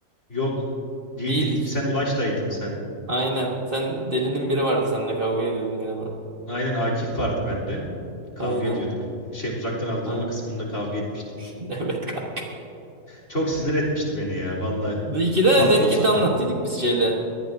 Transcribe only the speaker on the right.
Değildik.
Aynen. Sen delinin biri vardı seninle kavga ediyordun galiba.
Aynen.
Aynen.
<laughs> Evet kanka.
İki de
Netcat'i
anlattıydık biz şeyle.